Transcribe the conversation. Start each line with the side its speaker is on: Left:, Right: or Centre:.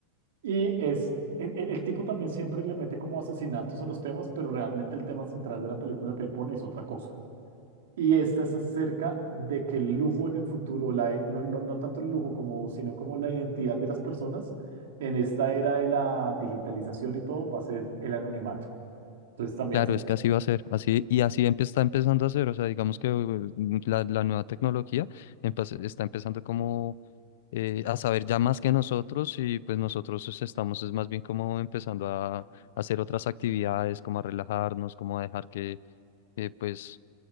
Right: Y es, el, el- el tipo también siempre le mete como asesinatos a los temas, pero realmente el tema central de la película que él pone es otra cosa. Y esta es acerca de que el lujo en el futuro, la, no, no, no tanto el lujo como, sino como la identidad de las personas en esta era de la digitalización y todo va a ser el anonimato. Entonces también
Left: Claro,
Right: es...
Left: es que así va a ser, así y así empe- está empezando a ser, o sea, digamos que uh, la, la nueva tecnología empe- está empezando como eh, a saber ya más que nosotros y pues nosotros es- estamos es más bien como empezando a, a hacer otras actividades, como a relajarnos, como a dejar que, que, pues